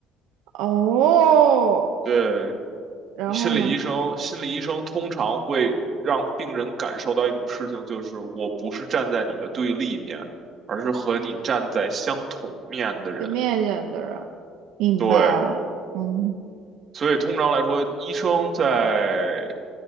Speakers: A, on the right; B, on the right.
A: 哦，
B: 对，
A: 然后呢？
B: 心理医生，心理医生通常会让病人感受到一种事情，就是我不是站在你的对立面，而是和你站在相同面的人。
A: 被面见的人。明白了，
B: 对，
A: 嗯
B: 所以通常来说，医生在